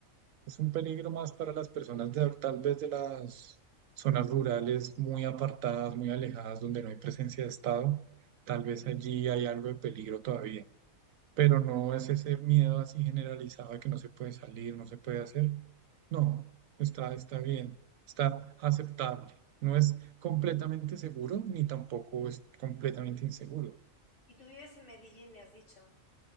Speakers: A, on the right; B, on the left.
A: Es un peligro más para las personas de, tal vez de las zonas rurales muy apartadas, muy alejadas, donde no hay presencia de Estado. Tal vez allí hay algo de peligro todavía, pero no es ese miedo así generalizado de que no se puede salir, no se puede hacer. No, está, está bien, está aceptable.
B: ¿Y
A: No
B: tú,
A: es completamente seguro ni tampoco es completamente inseguro.
B: y tú vives en Medellín, me has dicho.